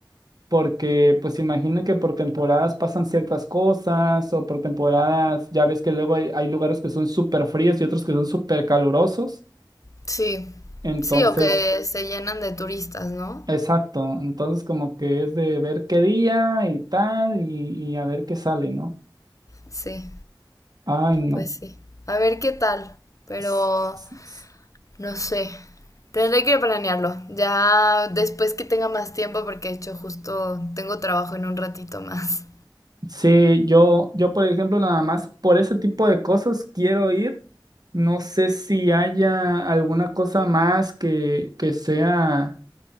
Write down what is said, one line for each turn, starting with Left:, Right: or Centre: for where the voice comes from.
Right: porque pues imagino que por temporadas pasan ciertas cosas o por temporadas, ya ves que luego hay, hay lugares que son súper fríos y otros que son súper calurosos.
Left: sí,
Right: Entonces...
Left: sí, o que se llenan de turistas, ¿no?
Right: Exacto, entonces como que es de ver qué día y tal y, y a ver qué sale, ¿no?
Left: Sí.
Right: Ay, no.
Left: Pues sí. A ver qué tal. Pero
Right: S- s- s-
Left: no sé. Tendré que planearlo. Ya después que tenga más tiempo, porque de hecho justo tengo trabajo en un ratito más.
Right: Sí, yo, yo por ejemplo nada más por ese tipo de cosas quiero ir. No sé si haya alguna cosa más que, que sea,